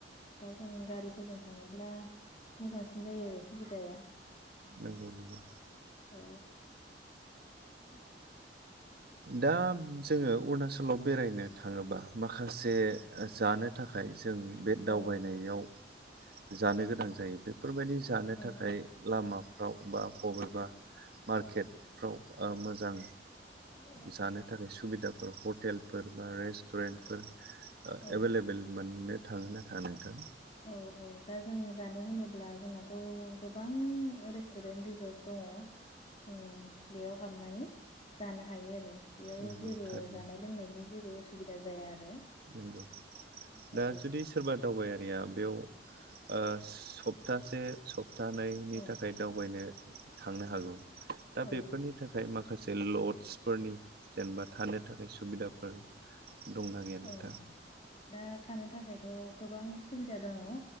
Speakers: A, on the left; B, on the right.
A: दा जों गारि फोरजों थाङोब्ला मोजांसिन जायो सुबिदाया।
B: नंगौ नंगौ।
A: औ। <inaudible>
B: दा जोङो अरुणाचलाव बेरायनो थाङोबा माखासे जानो थाखाय जों बे
A: औ
B: दावबाय नायाव जानो गोनां जायो बे जानो
A: औ
B: थाखाय लामाफ्राव बा बबेबा मार्केटफ्राव ओ मोजां
A: आबै
B: जानो थाखाय सुबिदाफोर हटेल फोर बा रेस्टुरेन्ट फोर
A: औ
B: एभेल एबेल मोननो थाङो। नोंथां।
A: औ औ। औ दा जों जानो होनोब्ला जोंनाथ' गो बां रेस्तुरेन्ट रिजर्ट दङ। ओ बेयाव हाबनानै जानो हायो आरो। बेयाव
B: नंगौ
A: जेबो
B: थारैनो
A: जानाय लोंनायनि जेबो असुबिदा जाया। आरो
B: नंगौ
A: औ
B: दा जुदि सोरबा दावबाय या बेयाव ओ स बथासे सब सबथानैनि
A: औ
B: थाखाय दावबायनो थांनो हागौ दा
A: औ
B: बेफोरनि थाखाय माखासे बे लडस फोरनि जेनेबा थानो थाखाय सुबिदाफोर दंना गैया?
A: औ दा थानो थाखायथ' गोबां सुबिदा दङ।